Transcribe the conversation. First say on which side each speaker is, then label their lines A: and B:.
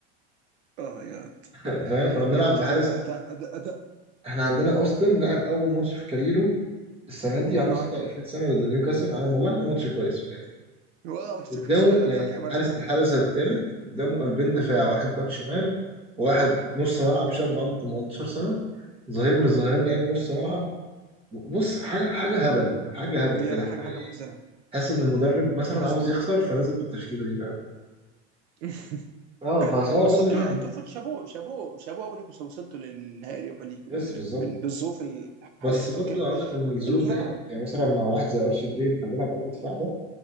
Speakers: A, on the right; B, on the right.
A: اوه ماي جاد
B: <laughs> فاهم كنا بنلعب
A: بجد
B: بحارس
A: فعلا
B: اسمه
A: اداء اداء اداء
B: احنا عندنا اوستن لعب اول ماتش في كاريره السنة دي عنده
A: معاكم
B: 26 سنة ضد نيوكاسل عمل والله عمل ماتش كويس في الاخر
A: ولا اورتيكوس
B: قدامه
A: فعلا
B: يعني
A: أنا فاكر الماتش
B: حارس
A: ده
B: الحارس الثالث قدامه قلبين دفاع واحد باك شمال وواحد نص ملعب شاب عنده 18 سنة ظهير من الظهيرين لعيب نص ملعب بص حاجه حاجه هبل حاجه هبل
A: يا
B: كده حاجه
A: حاجه حاجه
B: ايه
A: محزنه
B: حاسس ان المدرب مثلا
A: محزنه
B: عاوز يخسر فنزل بالتشكيله دي فاهم
A: <laughs>
B: اه فهو
A: بس
B: غصب
A: اوكي
B: عنه
A: يعني انتوا فوت شابوه شابوه شابوه قوي انكم وصلتوا للنهائي اليوروبا ليج بال-
B: يس بالظبط
A: بال- بالظروف الحاليه
B: بس برضه
A: اوكي
B: اقول لك ان الظروف
A: اللاعب
B: ديت يعني مثلا مع واحد زي ارشي جراي اللي كان بيلعب قلب دفاع ده